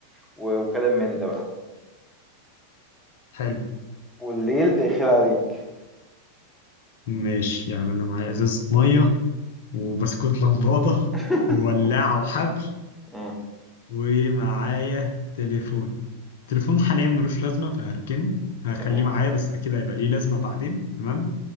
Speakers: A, in the centre; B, on the left (about 55°).
A: و... وكلام من ده بقى
B: حلو
A: والليل داخل عليك
B: ماشي يعني انا معايا ازازه ميه وبسكوت لمبادة
A: <laughs>
B: وولاعه وحبل
A: مم.
B: ومعايا تليفون تليفون حاليا ملوش لازمه فهركنه هخليه
A: تمام
B: معايا بس اكيد هيبقى ليه لازمه بعدين تمام